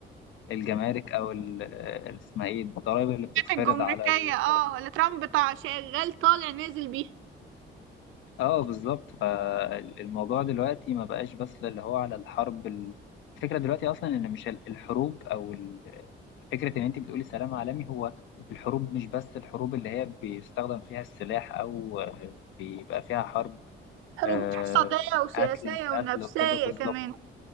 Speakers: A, on the left; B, on the right.
A: الجمارك أو ال- ال- اسمها إيه الضرائب اللي بتتفرض
B: الجمركية
A: على ال...
B: اه اللي ترامب طالع شغال طالع نازل بيها
A: آه بالظبط فالموضوع دلوقتي ما بقاش بس اللي هو على الحرب ال- الفكرة دلوقتي أصلا إن مش ال- الحروب أو ال... فكرة إن أنت بتقولي سلام عالمي هو الحروب مش بس الحروب اللي هي بيستخدم فيها السلاح أو بيبقى فيها حرب
B: حروب
A: آه،
B: اقتصادية وسياسية
A: قتل
B: ونفسية
A: قتل وكده بالظبط
B: كمان